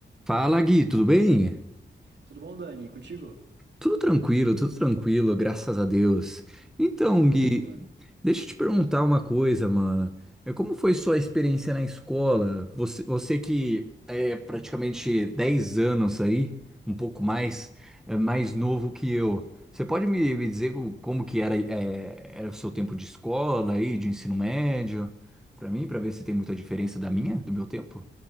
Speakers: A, in the centre; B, on the right.
A: Fala, Gui, tudo bem?
B: Tudo bom, Dani? Contigo?
A: Tudo tranquilo, tudo tranquilo, graças a Deus. Então,
B: Que coisa
A: Gui,
B: boa.
A: deixa eu te perguntar uma coisa, mano. É, Como foi sua experiência na escola? Você, você que é praticamente 10 anos aí, um pouco mais, é mais novo que eu. Você pode me, me dizer o- como que era, é, era o seu tempo de escola aí, de ensino médio, Pra mim, pra ver se tem muita diferença da minha, do meu tempo?